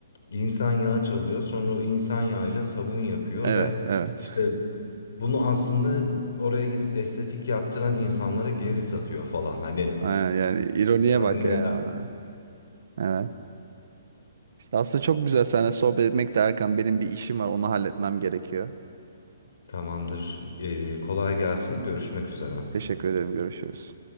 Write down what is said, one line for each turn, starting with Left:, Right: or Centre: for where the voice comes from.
Left: insan yağı çalıyor. Sonra o insan yağıyla sabun yapıyor
Right: Evet.
Left: ve
Right: Evet.
Left: işte bunu aslında oraya gidip estetik yaptıran insanlara geri satıyor falan. Hani
Right: Ha, yani ironiye bak
Left: neden?
Right: yani. Evet. Aslında çok güzel seninle sohbet etmek de Erkan. Benim bir işim var. Onu halletmem gerekiyor.
Left: Tamamdır. E, kolay gelsin. Görüşmek üzere.
Right: Teşekkür ederim. Görüşürüz.